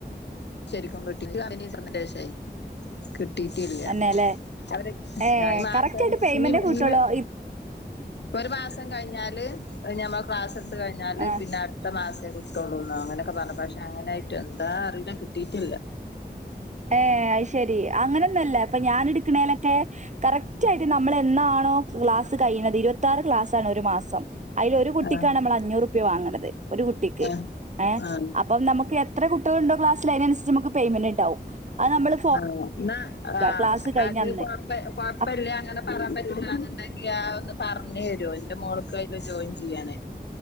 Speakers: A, on the left; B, on the right.
A: ശെരിക്കും കിട്ടി <unintelligible> ഇനി സന്തേശായ്. കിട്ടീട്ടില്ല
B: തന്നെ അല്ലേ
A: അവര്
B: ഏ
A: മാസം
B: കറക്റ്റ് ആയിട്ട് പേയ്മെന്റ്
A: ഈ
B: കിട്ടുള്ളൂ
A: ഇന്ന് ഒരു മാസം കഴിഞ്ഞാല് പിന്നെ ഞമ്മളെ ക്ലാസ് ഇട്ത്ത് കഴിഞ്ഞാല്
B: ആ
A: പിന്നെ അടുത്ത മാസെ കി <unintelligible> അങ്ങനൊക്കെ പറഞ്ഞെപ്പം. പക്ഷെ അങ്ങനെയായിട്ട് എന്താ അറീല്ല. കിട്ടീട്ടില്ല.
B: ഏ അയ്ശെരി. അങ്ങനൊന്നല്ല. ഇപ്പം ഞാന് ഇടുക്ക്ണേലൊക്കെ കറക്റ്റായിട്ട് നമ്മളെന്നാണോ ക്ലാസ് കഴിയുന്നത്. ഇരുപത്താറ് ക്ലാസ്സാണ് ഒരു മാസം. അയ്ല് ഒരു കുട്ടിക്കാണ്
A: ആഹ്
B: നമ്മൾ അഞ്ഞൂറ് ഉറുപ്യ വാങ്ങ്ണത്. ഒരു കുട്ടിക്ക്.
A: ആഹ്
B: ഏ
A: ആഹ്
B: അപ്പം നമുക്ക് എത്ര കുട് കുട്ടിയോള്ണ്ടോ ക്ലാസില് അയിനനുസച്ച് നമുക്ക് പെയ്മെൻ്റ്ണ്ടാവും അത് നമ്മള്
A: ആഹ് ഇന്നാ ആഹ്
B: ക്ലാസ് കഴിഞ്ഞന്ന്.
A: അത് കൊഴ കൊഴപ്പില്ല.
B: അപ്
A: അങ്ങനെ പറയാൻ പറ്റൂല്ലന്നുണ്ടെങ്കി അതൊന്നു പറഞ്ഞ് തരോ. ഇന്റെ മോൾക്ക് അയില് ജോയിൻ ചെയ്യാനാ.